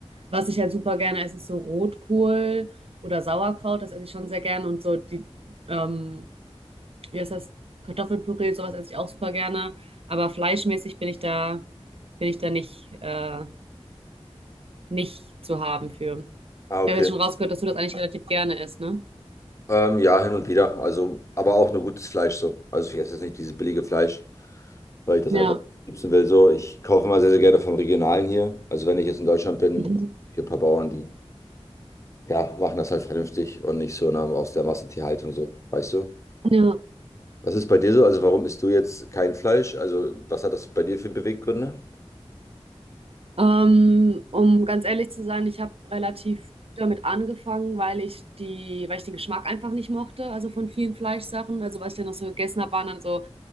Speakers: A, on the right (about 60°); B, on the left (about 30°).
A: Was ich halt super gerne esse, ist so Rotkohl oder Sauerkraut. Das esse ich schon sehr gerne. Und so die, ähm, wie heißt das? Kartoffelpüree, sowas esse ich auch super gerne. Aber fleischmäßig bin ich da, bin ich da nicht, äh, nicht zu haben für.
B: Ah, okay.
A: Ich habe ja schon rausgehört, dass du das eigentlich relativ gerne isst, ne?
B: Ähm, ja, hin und wieder. Also, aber auch nur gutes Fleisch so. Also ich esse jetzt nicht dieses billige Fleisch, weil ich das
A: Ja,
B: einfach nicht nutzen will. So, ich kaufe immer sehr, sehr gerne vom Regionalen hier. Also wenn ich jetzt in Deutschland bin,
A: Mhm.
B: hier ein paar Bauern, die ja, machen das halt vernünftig und nicht so in aus der Massentierhaltung so, weißt du?
A: ja.
B: Was ist bei dir so? Also warum isst du jetzt kein Fleisch? Also was hat das bei dir für Beweggründe?
A: Ähm, um ganz ehrlich zu sein, ich habe relativ früh damit angefangen, weil ich die, weil ich den Geschmack einfach nicht mochte, also von vielen Fleischsachen. Also was ich dann noch so gegessen habe, waren dann so